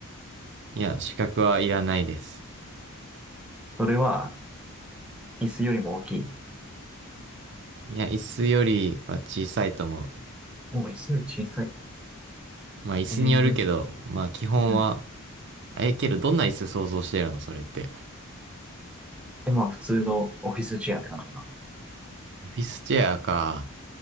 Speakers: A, on the right; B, in the centre.
A: いや、資格はいらないです。
B: それは、椅子よりも大きい。
A: いや、椅子よりは小さいと思う。
B: もう椅子より小さい。
A: まあ、椅子によるけど、
B: えー、
A: まあ、基本は。
B: うん。
A: え、けど、どんな椅子想像してるのそれって。
B: で、まあ、普通のオフィスチェアって感じかな。
A: オフィスチェアか。